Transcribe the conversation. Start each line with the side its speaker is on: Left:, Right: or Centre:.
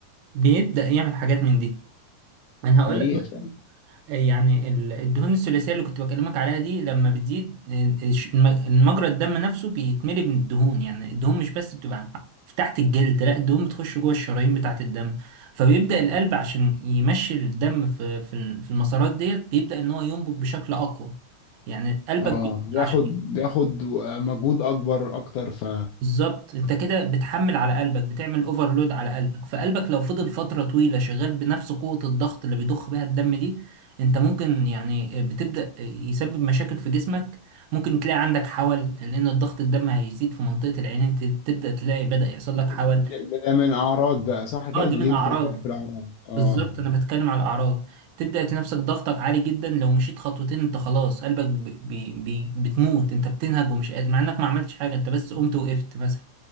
Right: بيبدأ يعمل حاجات من دي انا هقول
Left: حقيقة
Right: لك
Left: فعلا
Right: مثلا آه، يعني ال- الدهون الثلاثيه اللي كنت بكلمك عليها دي لما بتزيد آه، الش- الم- المجرى الدم نفسه بيتملي من الدهون يعني الدهون مش بس بتبقى في تحت الجلد لا الدهون بتخش جوه الشرايين بتاعه الدم فبيبدا القلب عشان يمشي الدم في في ال- في المسارات ديت بيبدا ان هو ينبض بشكل اقوى يعني قلبك
Left: اه
Right: بي-
Left: بياخد
Right: عشان
Left: بياخد مجهود اكبر اكتر ف
Right: بالظبط انت كده بتحمل على قلبك بتعمل اوفرلود على قلبك فقلبك لو فضل فترة طويلة شغال بنفس قوة الضغط اللي بيضخ بيها الدم دي انت ممكن يعني بتبدأ يسبب مشاكل في جسمك ممكن تلاقي عندك حول لان الضغط الدم هيزيد في منطقة العينين ت- تبدأ تلاقي بدأ يحصل لك
Left: ده,
Right: حول
Left: ده ده من اعراض بقى صح كده
Right: اه دي
Left: دي,
Right: من
Left: دي
Right: اعراض
Left: انت بتتكلم في الاعراض اه
Right: بالظبط انا بتكلم على الاعراض تبدأ تنفسك ضغطك عالي جدا لو مشيت خطوتين انت خلاص قلبك بي بي بي- بتموت انت بتنهج ومش قادر مع انك ما عملتش حاجة انت بس قمت وقفت مثلا